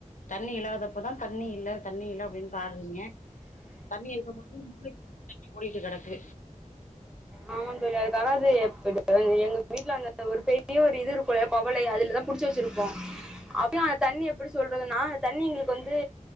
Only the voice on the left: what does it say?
தண்ணி இல்லாதப்பதா தண்ணி இல்ல தண்ணி இல்ல அப்டின் பாட்றீங்க தண்ணி இருக்கும்போது தண்ணி ஓடிட்டு கடக்கு